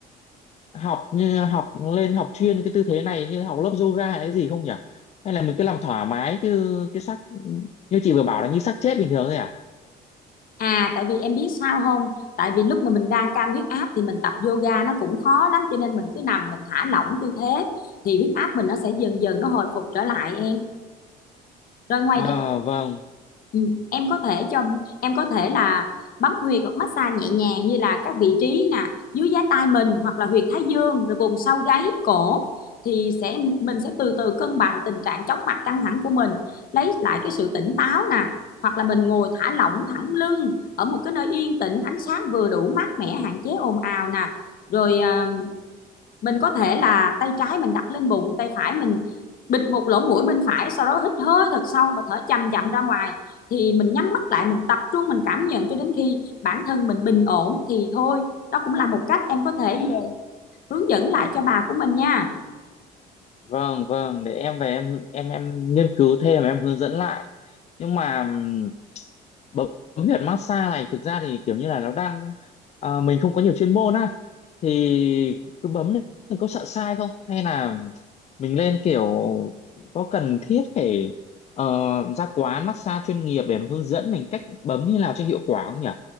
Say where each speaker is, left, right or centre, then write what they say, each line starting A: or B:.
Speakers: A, on the left (about 40°); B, on the left (about 55°).
A: học như học lên học chuyên cái tư thế này như học lớp yoga hay cái gì không nhỉ hay là mình cứ làm thoải mái chứ cái sắc như chị vừa bảo là như sắc chết bình thường thôi à
B: À tại vì em biết sao không? Tại vì lúc mà mình đang cao huyết áp thì mình tập yoga nó cũng khó lắm cho nên mình cứ nằm mình thả lỏng tư thế thì huyết áp mình nó sẽ dần dần nó hồi phục trở lại em rồi ngoài
A: À
B: ra
A: vâng,
B: ừ, em có thể cho em có thể là bấm huyệt hoặc massage nhẹ nhàng như là các vị trí nè dưới giá tai mình hoặc là huyệt thái dương rồi vùng sau gáy cổ thì sẽ mình sẽ từ từ cân bằng tình trạng chóng mặt căng thẳng của mình lấy lại cái sự tỉnh táo nè hoặc là mình ngồi thả lỏng thẳng lưng ở một cái nơi yên tĩnh ánh sáng vừa đủ mát mẻ hạn chế ồn ào nè rồi à, mình có thể là tay trái mình đặt lên bụng tay phải mình bịt một lỗ mũi bên phải sau đó hít hơi thật sâu và thở chậm chậm ra ngoài thì mình nhắm mắt lại mình tập trung mình cảm nhận cho đến khi bản thân mình bình ổn thì thôi đó cũng là một cách em có thể
A: ừ,
B: hướng dẫn lại cho bà của mình nha
A: vâng vâng để em về em em em nghiên cứu thêm em hướng dẫn lại. Nhưng mà ừm, bấm huyệt massage này thực ra thì kiểu như là nó đang à, mình không có nhiều chuyên môn á thì cứ bấm lên thì có sợ sai không hay là mình lên kiểu có cần thiết phải ờ, ra quán massage chuyên nghiệp để nó hướng dẫn mình cách bấm như nào cho hiệu quả không nhỉ?